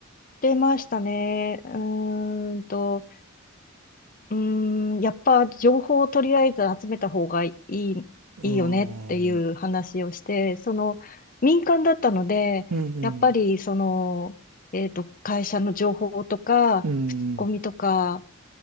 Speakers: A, on the left; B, on the right.
A: 出ましたね。うーんと、うーん、やっぱ情報をとりあえず集めた方がいい、
B: うん、
A: いいよねっていう話をして、
B: うん、
A: その民間だったので、
B: うん、
A: やっぱりその、えっと、会社の情報とか、
B: うん、
A: 口コミとか、